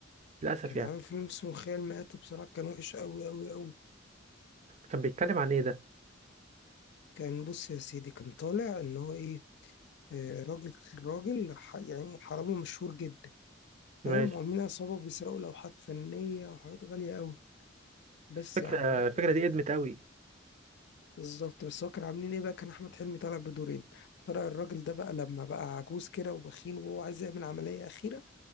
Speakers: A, on the right; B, on the left.
A: للاسف
B: كان
A: يعني
B: عامل فيلم اسمه خيال مآتة بصراحة كان وحش أوي أوي أوي
A: كان بيتكلم عن ايه ده
B: كان بص يا سيدي كان طالع إن هو إيه آه، راجل راجل ح- يعني حرامي مشهور جدا
A: ماشي
B: فاهم وعاملين عصابة بيسرقوا لوحات فنية وحاجات غالية أوي بس
A: فكره
B: يا عم
A: الفكره دي ادمت قوي
B: بالظبط بس هو كان عاملين إيه بقى كان أحمد حلمي طالع بدورين طلع الراجل ده بقى لما بقى عجوز كده وبخيل وهو عايز يعمل عملية أخيرة